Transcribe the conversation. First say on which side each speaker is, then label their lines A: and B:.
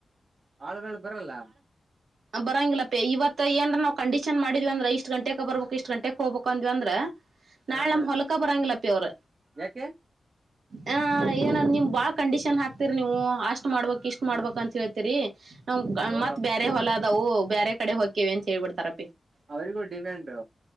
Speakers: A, on the right; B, on the right.
A: ಆಳ್ಗಳು ಬರಲ್ಲ.
B: ಬರಂಗಿಲ್ಲಪ್ಪ ಇವತ್ಏನ್ ನವು ಕಂಡೀಷನ್ ಮಾಡಿದ್ವಿ ಅ್ರ ಇಷ್ಟ ಗಂಟೆಗೆ ಬಬಬೇಕಕ್ ಇಷ್ಟ ಗಂಟೆಗೆ ಹೋಗ್ಬೇಕ ಅಂದ್ವಿ ಅಂದ್ರೆ. ನಾಳೆ
A: ಹಾ
B: ನ
A: ಹಾ
B: ಹೊಲಕ್ಕಾಬರಾಂಗಪ್ಪಿ ಅವರ.
A: ಯಾಕೆ
B: ಹ ಏನ ನಿಮ್ ಬಾ ಕಂಡೀಷನ್ ಹಾಕ್ತಿೀರಿ ನೀವು ಅಷ್ಟ. ಇಷ್ಟ್ ಮಾಡ್ಬೇಕಕ್ ಇಷ್ಟ್ ಮಾಡ್ಬೇಕ
A: ಹಾ
B: ಅಂತ ಹೇಳ್ತೀರಿ. ನ
A: ಓ
B: ಮತ್ ಬ. ಹೊಲ ಅದವು ಬ್ಯರೆ. ಕಡೆ ಹೋಗಕೇ ಅಂತ ಹೇಬಿಡ್ತಾರೆ.
A: ಅವರು ಗಡಿಿಯಮೆಟು.